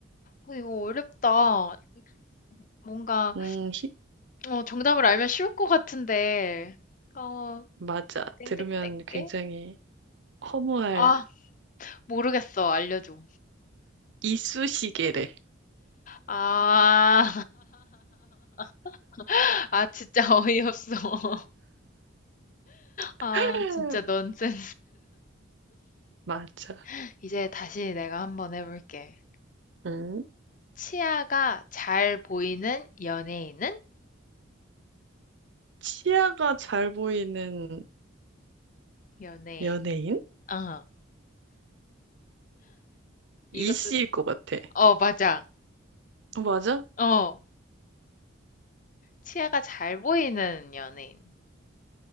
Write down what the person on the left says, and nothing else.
어, 이거 어렵다. 뭔가
어, 정답을 알면 쉬울 것 같은데. 어,
땡땡땡
게?
아, 모르겠어. 알려줘.
아, <laughs> 아, 진짜 어이없어. <laughs> 아,
진짜 넌센스.
<laughs> 이제 다시 내가 한번 해볼게.
치아가 잘 보이는 연예인은?
연예인.
어, 이것도,
어, 맞아.
어, 치아가 잘 보이는 연예인.